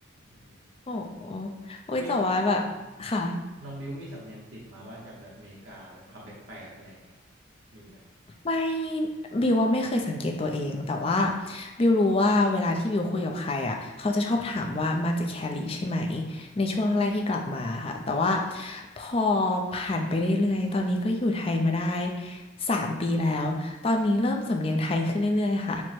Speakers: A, on the right (about 65°); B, on the left (about 30°).
A: อืม
B: โอ้โหโอ้ยแต่ว่าแบบค่ะ
A: มีสำเนียงน้องบิวมีสำเนียงติดมาว่าจากแบบอเมริกาแบบคำแปลกๆอะไรอย่างเงี้ยมีไหม
B: ไม่บิวว่าไม่เคยสังเกตตัวเองแต่ว่าบิวรู้ว่าเวลาที่บิวคุยกับใครอ่ะเขาจะชอบถามว่ามาจากแคลิใช่ไหมในช่วงแรกๆที่กลับมาค่ะแต่ว่าพอผ่านไปเรื่อยๆตอนนี้ก็อยู่ไทยมาได้สามปีแล้วตอนนี้เริ่มสำเนียงไทยขึ้นเรื่อยๆค่ะ